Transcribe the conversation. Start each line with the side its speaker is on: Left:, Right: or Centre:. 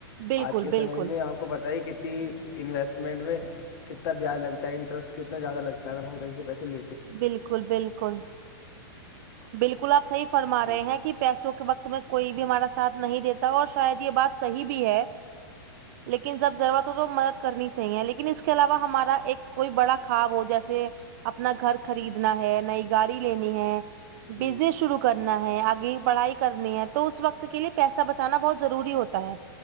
Right: بالکل
Left: آج کے سمے
Right: بالکل
Left: میں آپ کو پتا ہی کتنی انویسٹمنٹ میں کتنا بیاج لگتا ہے انٹرسٹ کتنا زیادہ لگتا ہے تو اگر ہم کہے سےیسل
Right: بالکل بالکل بالکل آپ صحیح فرما
Left: جی
Right: رہے
Left: جی
Right: ہیں کہ پیسوں کے وقت تویں کوئی بھی ہمارا ساتھ نہیں دیتا اور شاید یہ بات صحیح بھی ہے لیکن جب ضرورت ہو تو مدد کرنی چاہیے لیکن اس کے علاوہ ہمارا ایک کوئی بڑا خواب ہو جیسے اپنا گھر خریدنا ہے نئی گاڑی لینی ہے بزنس
Left: جی
Right: شرو کرنا ہے آگے پڑھائی کرنی ہے تو اس وقت کے لیے پیسہ بچانا بہت ضروری ہوتا ہے